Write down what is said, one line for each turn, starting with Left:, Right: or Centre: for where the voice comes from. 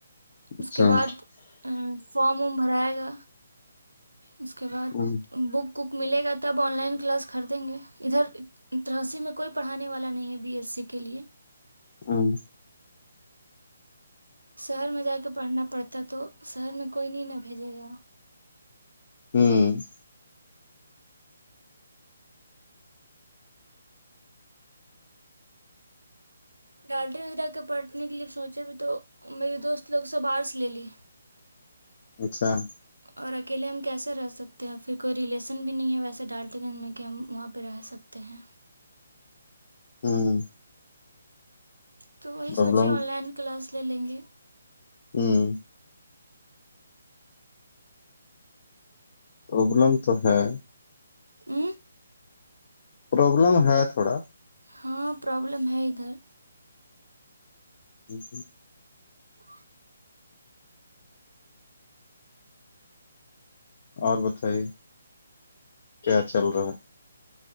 Right: اس
Left: اچھا
Right: کے بعد فارم وم بھرائے گا اس کے بعد
Left: ہ
Right: بک کک ملے گا تب آن لائن کلاس کر دیں گے ادھر تراسی میں کوئی پڑھانے والا نہیں ہے بی ایس سی کے لیے
Left: ہاں
Right: شہر میں جا کے پڑھنا پڑتا تو شہر میں کوئی نہیں نہ بھیجے گا
Left: ہوں
Right: ڈڈی ویر کے پڑٹنے کے لیے سوچے بھی تو میری دوست لوگ سے باہر سے لے لی
Left: اچھا
Right: اور اکیلے ہم کیسے رہ سکتے ہیں پھر کوئی ریلیسن بھی نہیں ہے ویسے ڈالتے گنج میں کہ ہم وہاں پہ رہ سکتے تے ہیں
Left: ہاں
Right: تو وہی
Left: پرابلم
Right: سوچے آن لائن کلاس لے لیں گے
Left: ہاں پربلم تو ہے
Right: ا
Left: پروابلم ہے تھوڑا
Right: ہاں پرابلم ہے ادھر
Left: جیی
Right: ا
Left: اور بتائیے کیا چل رہا ہے